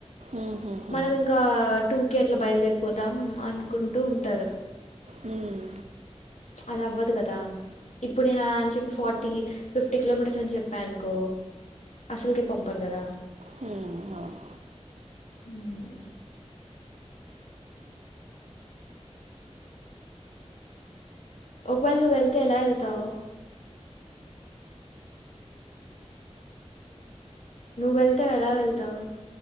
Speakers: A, on the right; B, on the left.
A: ఉహుహు
B: తను ఇంకా టూ కి అట్లా బయలుదేరిపోతాం అనుకుంటూ ఉంటారు
A: హ్మ్
B: అది అవ్వదు కదా ఇప్పుడు నేను అలా అని చెప్పి ఫార్టీ ఫిఫ్టీ కిలోమీటర్స్ అని చెప్పా అనుకో అసలకే పంపరు కదా
A: హ్మ్ అవును
B: మ్మ్. ఒకవేళ నువ్వు వెళ్తే ఎలా వెళ్తావు నువ్వు వెళ్తావు ఎలా వెళ్తావు